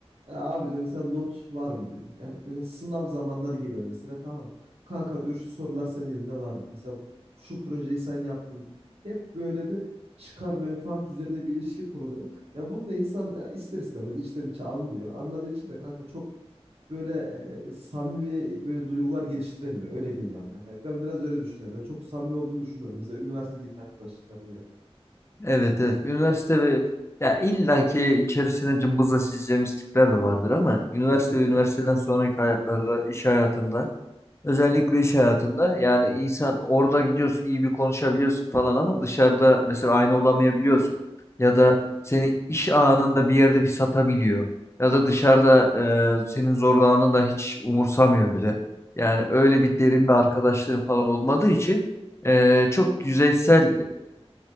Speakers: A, on the right (about 65°); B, on the left (about 25°).
A: "E abi diyor mesela not var mı diyor. Yani mesela sınav zamanları geliyor mesela tamam. Kanka diyor şu sorular senin elinde var mı? Mesela şu projeyi sen yaptın. Hep böyle bir çıkar menfaat üzerine bir ilişki kuruluyor. Ya bunu da insan e, ister istemez içten içe anlıyor. Anladığı için de kanka çok böyle e, samimi böyle duygular geliştiremiyor. Öyle diyeyim yani kanka. Ben biraz öyle düşünüyorum. Ben çok samimi olduğunu düşünmüyorum. Mesela üniversitedeki arkadaşlıklarım yani.
B: Evet evet. Üniversite ve ya illaki içerisine cımbızla çizeceğimiz tipler de vardır ama üniversite
A: Kesinlikle.
B: ve üniversiteden sonraki hayatlarda, iş hayatında, özellikle iş hayatında yani insan orada gidiyorsun, iyi bir konuşabiliyorsun falan ama dışarıda mesela aynı olamayabiliyorsun. Ya da
A: Kesinlikle.
B: seni iş anında bir yerde bir satabiliyor. Ya da dışarıda e, senin zorlananı da hiç umursamıyor bile. Yani öyle bir derin bir arkadaşlığın falan olmadığı için e, çok yüzeysel